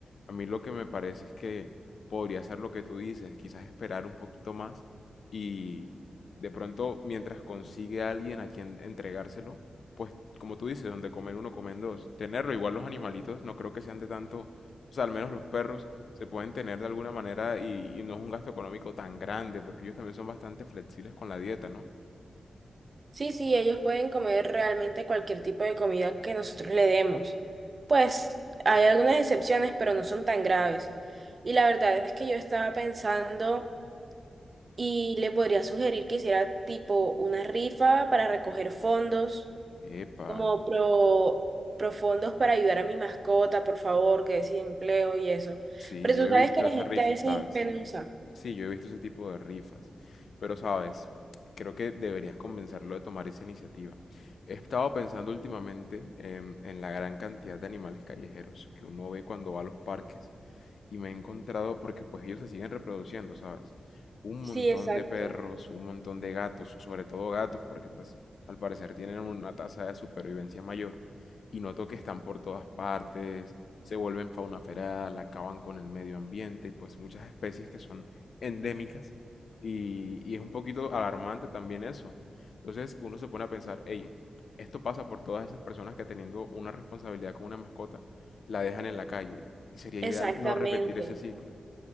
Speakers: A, on the left; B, on the right.
A: a mí lo que me parece es que podría ser lo que tú dices, quizás esperar un poquito más y de pronto mientras consigue a alguien a quien entregárselo, pues como tú dices, donde comer uno, comen dos. Tenerlo, igual los animalitos, no creo que sean de tanto, o sea, al menos los perros se pueden tener de alguna manera y, y no es un gasto económico tan grande, porque ellos también son bastante flexibles con la dieta, ¿no?
B: Sí, sí, ellos pueden comer realmente cualquier tipo de comida que nosotros le demos. Pues hay algunas excepciones, pero no son tan graves. Y la verdad es que yo estaba pensando y le podría sugerir que hiciera tipo una rifa para recoger fondos,
A: Epa,
B: como pro, pro fondos para ayudar a mi mascota, por favor, que es empleo y eso.
A: sí,
B: Pero
A: yo
B: tú
A: he
B: sabes
A: visto
B: que la
A: esas
B: gente
A: rifas,
B: a veces
A: ¿sabes?
B: es penosa.
A: Sí, yo he visto ese tipo de rifas, pero sabes, creo que deberías convencerlo de tomar esa iniciativa. He estado pensando últimamente en, en la gran cantidad de animales callejeros que uno ve cuando va a los parques y me he encontrado porque pues ellos se siguen reproduciendo, ¿sabes? Un
B: Sí,
A: montón
B: exacto.
A: de perros, un montón de gatos, sobre todo gatos, porque pues al parecer tienen una tasa de supervivencia mayor y noto que están por todas partes, se vuelven fauna feral, acaban con el medio ambiente y pues muchas especies que son endémicas y, y es un poquito alarmante también eso. Entonces uno se pone a pensar, hey, esto pasa por todas esas personas que teniendo una responsabilidad con una mascota, la dejan en la calle y sería ideal
B: Exactamente.
A: no repetir ese ciclo.